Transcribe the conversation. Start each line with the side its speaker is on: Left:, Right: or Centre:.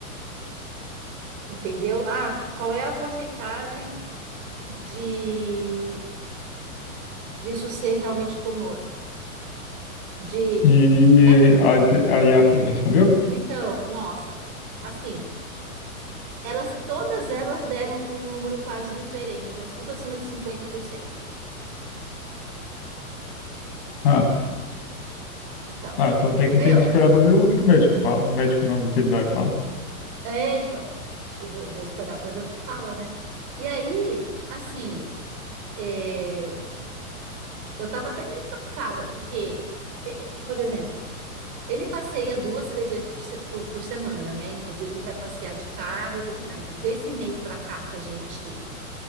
Right: entendeu? Ah, qual é a porcentagem de disso ser realmente tumor? De,
Left: E
Right: né?
Left: a, a IAF respondeu?
Right: Então, nossa, assim, elas todas elas deram um número quase diferente, mas tudo acima de 50%.
Left: Ah,
Right: Então,
Left: ah, então tem que,
Right: meu,
Left: tem que esperar pra ver o que que o médico fala. O médico não, o veterinário fala.
Right: É, então, eu vou, vou esperar para ver o que fala, né? E aí, assim, é, eu tava até meio preocupada, porque, é, é, por exemplo, ele passeia duas, três vezes por, se- por, por semana, né? Inclusive, ele vai passear de carro e tudo mais. Desse mês para cá que a gente,